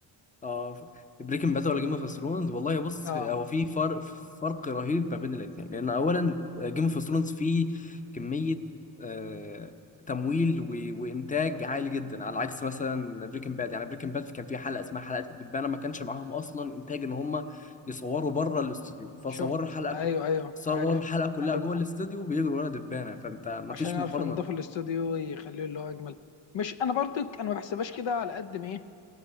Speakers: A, on the left; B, on the left.
A: اه بريكنج باد ولا جيم اوف ثرونز والله بص
B: اه
A: هو في فرق فرق رهيب ما بين الاثنين لان اولا جيم اوف ثرونز فيه كميه آه تمويل و... وانتاج عالي جدا على عكس مثلا بريكنج باد يعني بريكنج باد كان في حلقه اسمها حلقه الدبانه ما كانش معاهم اصلا انتاج ان هم يصوروا بره الاستوديو فصوروا
B: شفت
A: الحلقه
B: ايوه
A: كلها
B: ايوه
A: صوروا
B: عارف
A: الحلقه كلها
B: عارف
A: جوه
B: ده
A: الاستوديو بيجروا ورا دبانه فانت ما
B: عشان
A: فيش
B: يعرفوا
A: مقارنه
B: ينضفوا الاستوديو ويخليه اللي هو اجمل مش انا برضك انا ما بحسبهاش كده على قد ما ايه